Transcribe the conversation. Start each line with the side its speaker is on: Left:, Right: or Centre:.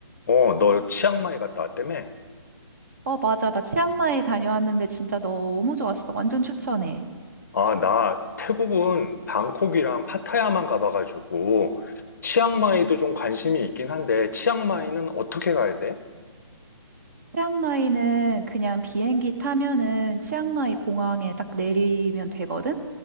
Left: 어, 너 치앙마이 갔다 왔다며?
Right: 어, 맞아. 나 치앙마이 다녀왔는데 진짜 너무 좋았어. 완전 추천해.
Left: 아, 나 태국은 방콕이랑 파타야만 가봐가지고 치앙마이도 좀 관심이 있긴 한데 치앙마이는 어떻게 가야 돼?
Right: 치앙마이는 그냥 비행기 타면은 치앙마이 공항에 딱 내리면 되거든?